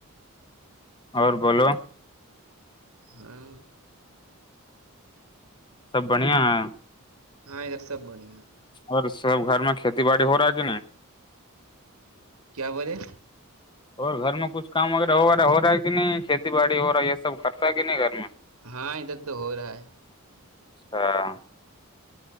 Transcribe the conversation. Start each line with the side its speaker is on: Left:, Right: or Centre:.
Left: اور بولو
Right: ہاں
Left: سب بڑھیا ہے
Right: ہاں ادھر سب بڑھیا
Left: اور سب گھر میں کھیتی باڑی ہو رہا ہے کہ نہیں
Right: کیا بولے
Left: اور گھر میں کچھ کام وغیرہ وغیرہ ہو رہا ہے کہ نہیں کھیتی باڑی ہو رہا ہے یہ سب کرتا ہے کہ نہیں گھر میں
Right: ہاں ادھر تو ہو رہا ہے
Left: ہاں